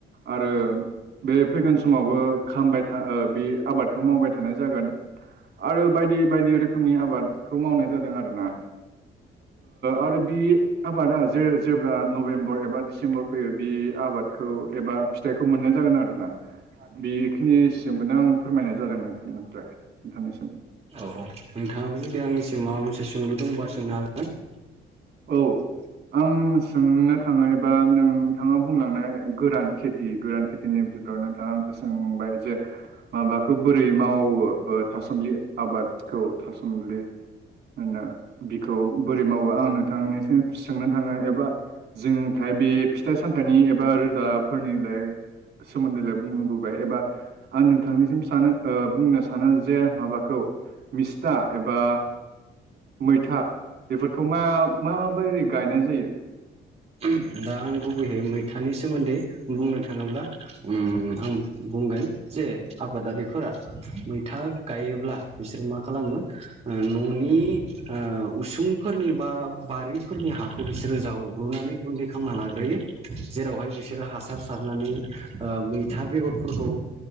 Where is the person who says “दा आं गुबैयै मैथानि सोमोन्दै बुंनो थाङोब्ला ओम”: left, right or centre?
Right